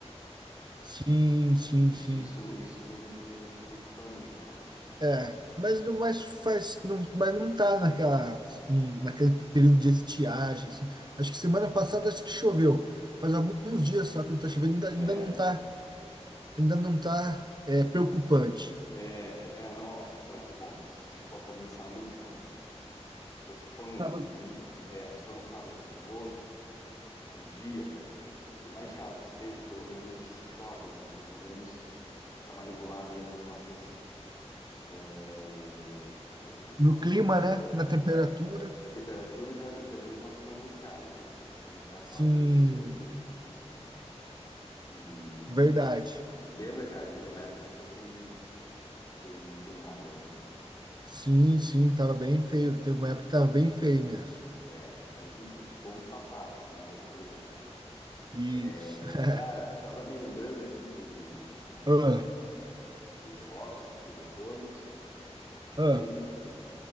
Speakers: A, on the right (about 40°); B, on the left (about 30°).
A: sim, sim,
B: Isso,
A: sim.
B: isso, isso eu não, não sou muito fã, não, cara.
A: É, mas não mais faz, não, mas não tá naquela, num- naquele período de estiagem, assim. Acho que semana passada acho que choveu. Faz alguns dias só que não tá chovendo,
B: É,
A: ainda, ainda não tá, ainda não tá, é, preocupante.
B: é, ca- é, não, ó, ai, que bom, supostamente sábado chove. Então, se for um,
A: Tava,
B: um- é, se for um sábado chuvoso, cara, tipo um dia, cara, por mais chato que seja, pelo menos chove, né, cara? Pelo menos dá uma regulada aí nos nossas, é, nos, nos
A: No
B: nossos
A: clima,
B: mananciais,
A: né? Na
B: né?
A: temperatura.
B: É, da temperatura e, da, e também os nossos mananciais, né, cara? Pra não ficar aquela
A: Sim,
B: loucura de, de,
A: verdade.
B: de- Lembra, cara, que teve uma época que ficou sem, sem, sem água, né?
A: Sim, sim, tava bem feio. Teve uma época que tava bem feio mesmo.
B: É, mas enfim, que bom que passado, não é mais o presente.
A: Isso.
B: É,
A: <laughs>
B: cara, tava me lembrando aqui de, de- de- né, a
A: Ah,
B: gente tava de, de jogos aqui eletrônicos, de videogame.
A: ah,